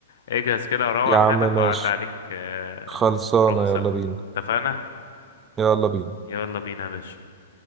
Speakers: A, on the left; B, on the right.
A: اجهز كده وروح
B: يا عم
A: حالك
B: ماشي
A: وأعدي عليك آه،
B: خلصانة
A: نروح سوا
B: يلا بينا
A: اتفقنا
B: يلا بينا
A: يلا بينا يا باشا